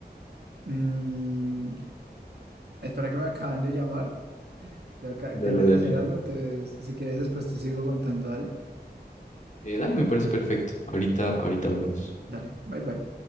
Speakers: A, on the right; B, on the left.
A: Mm, espera que me acaban de llamar. Tengo que,
B: Dale,
A: tengo que
B: dale.
A: hacer algo, entonces si quieres después te sigo contando, dale.
B: Eh, dale, me parece perfecto. Ahorita, ahorita hablamos.
A: Dale, bye bye.